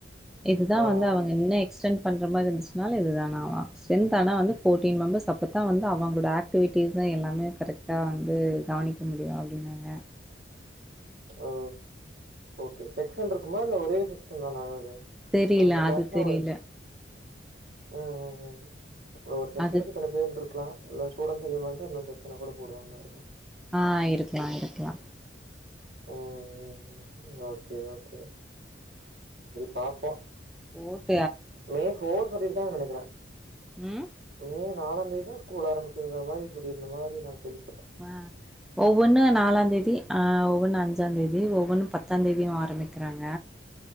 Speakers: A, in the centre; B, on the right.
A: இதுதான்
B: ஆ
A: வந்து
B: ஆ
A: அவங்க என்ன எக்ஸ்டென் பண்ற மாரி இருந்துச்சன நாலு இது தான ஸ்டேன்த் ஆனா வந்து போடீன் மெம்பர்ஸ் அப்போ தான் வந்து அவுங்களோட ஆக்டிவிட்டஸ்ஸ எல்லாமே கரெக்ட் வந்து கவனிக்க முடியும் அப்டின்னாங்க
B: ஆ ஓ ஓகே செக்ஷன் இருக்குமா இல்ல ஒரே செக்ஷன் தான ஆகது
A: தெரில
B: இந்த கிளாஸ்
A: அது தெரில
B: ஒரு ம் ம் ஒரு செக்ஷனுக்கு
A: அது
B: இத்தன பேர் இருக்கலாம் இல்ல ஸ்டூடண்ட்ஸ்க்கு வந்து இன்னொரு செக்ஷா கூட போவாங்களா இருக்கும்
A: ஹா இருக்கலாம்-இருக்கலாம்
B: ம் ம் ம் ஓ கே ஓகே பாப்போம்
A: ஒரு
B: மே போர் சொல்லிருக்கானு நனக்கிறேன்
A: ம்
B: மே நாலா தேதி தான் ஸ்கூல் ஆரம்பிக்கிற மாரி சொல்லிருந்த மாரி நான் கேவி
A: ஹா ஒவ்வொன்னு நாலா தேதி ஹா ஒவ்வொன்னு அஞ்சா தேதி ஒவ்வொன்னு பத்தா தேதியும் ஆரம்பிக்கிறாங்க